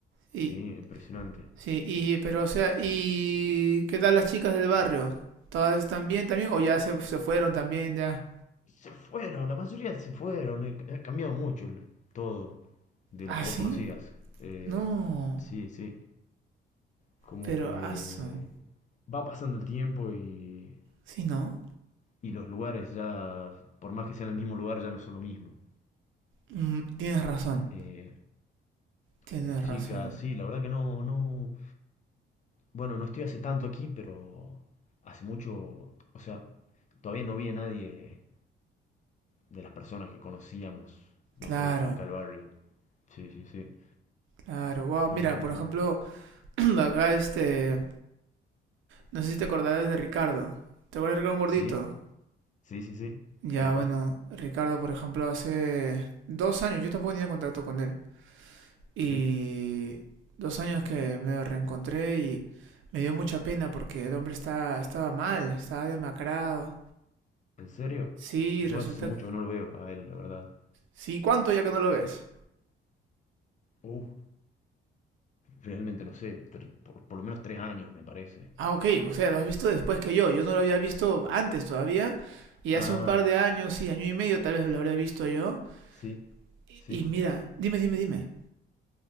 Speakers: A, on the left; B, on the right.
A: Sí,
B: Y,
A: impresionante.
B: Sí, y, pero o sea, ¿y qué tal las chicas del barrio? ¿Todas están bien también o ya se, se fueron también ya?
A: Se fueron, la mayoría se fueron, eh, ha cambiado mucho el- todo de
B: ¿Ah,
A: lo que
B: sí?
A: vos conocías. Eh,
B: No,
A: sí, sí, como
B: pero
A: que
B: aso.
A: va pasando el tiempo y,
B: ¿Sí, no?
A: y los lugares ya, por más que sean el mismo lugar, ya no son lo mismo.
B: Mm, tienes razón,
A: Eh,
B: tienes
A: las chicas,
B: razón.
A: sí, la verdad que no, no, bueno, no estoy hace tanto aquí, pero hace mucho, o sea, todavía no vi a nadie de las personas que conocíamos nosotros
B: Claro,
A: de acá al barrio. Sí, sí, sí.
B: claro. Wow,
A: Mm,
B: mira, por ejemplo, <clears throat> acá este, no sé si te acordarás de Ricardo. ¿Te acuerdas de Ricardo Gordito?
A: sí, sí, sí, sí,
B: Ya,
A: claro.
B: bueno, Ricardo, por ejemplo, hace dos años yo tampoco tenía contacto con él. Y
A: Sí.
B: dos años que me reencontré y me dio mucha pena porque el hombre está, estaba mal, estaba demacrado.
A: ¿En serio?
B: Sí,
A: Yo
B: resulta
A: hace mucho
B: que...
A: que no lo veo a él, la verdad.
B: Sí, ¿cuánto ya que no lo ves?
A: Uh, realmente no sé, tre- por, por lo menos tres años me parece.
B: Ah, ok, o sea, lo has visto después que yo. Yo no lo había visto antes todavía. Y
A: Ah,
B: hace un par de años, sí, año y medio tal vez lo habré visto yo.
A: sí,
B: Y,
A: sí.
B: y mira, dime, dime, dime.